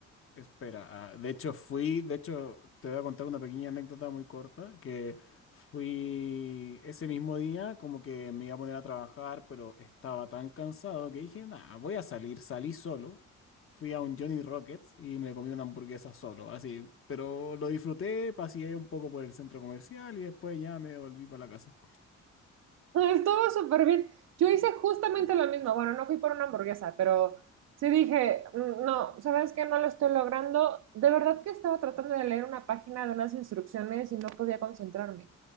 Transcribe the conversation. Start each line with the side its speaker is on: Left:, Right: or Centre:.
Left: Espera, ah, de hecho fui, de hecho te voy a contar una pequeña anécdota muy corta, que fui ese mismo día como que me iba a poner a trabajar, pero estaba tan cansado que dije, nada, voy a salir, salí solo, fui a un Johnny Rockets y me comí una hamburguesa solo, así, pero lo disfruté, paseé un poco por el centro comercial y después ya me volví para la casa.
Right: Estuvo súper bien. Yo hice justamente lo mismo. Bueno, no fui por una hamburguesa, pero sí dije, "Mm, no, ¿sabes qué? No lo estoy logrando. De verdad que estaba tratando de leer una página de unas instrucciones y no podía concentrarme.